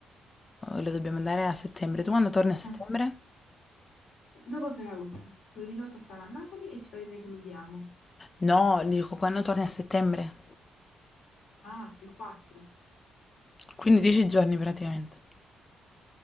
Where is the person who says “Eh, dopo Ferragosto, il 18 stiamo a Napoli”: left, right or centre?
Left